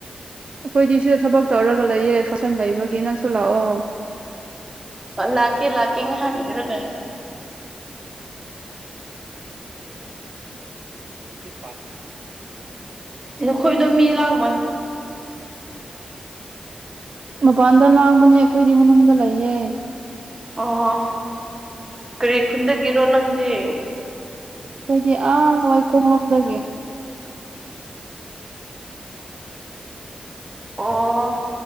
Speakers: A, on the right; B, on the right.
A: ꯑꯩꯈꯣꯏꯗꯤ ꯁꯤꯗ ꯊꯕꯛ ꯇꯧꯔꯒ ꯂꯩꯌꯦ ꯐꯛꯁꯟ ꯂꯩꯕꯒꯤ ꯅꯪꯁꯨ ꯂꯥꯛꯑꯣ
B: ꯂꯥꯛꯀ ꯂꯥꯛꯀ ꯍꯥꯏꯒꯔꯒ
A: ꯀ
B: ꯅꯈꯣꯏꯗꯣ ꯃꯤ ꯂꯥꯡ
A: ꯃꯄꯥꯟꯗ ꯂꯥꯡꯒꯄꯦ ꯑꯩꯈꯣꯏꯗꯤ ꯃꯅꯨꯡꯗ ꯂꯩꯌꯦ
B: ꯑꯣ ꯀꯔꯤ ꯈꯨꯟꯒꯤꯔꯣ ꯅꯪ ꯑꯗꯨ
A: ꯑꯩꯈꯣꯏꯗꯤ ꯑꯥ ꯋꯥꯏꯈꯣꯡ ꯂꯣꯝꯗꯒꯤ
B: ꯑꯣ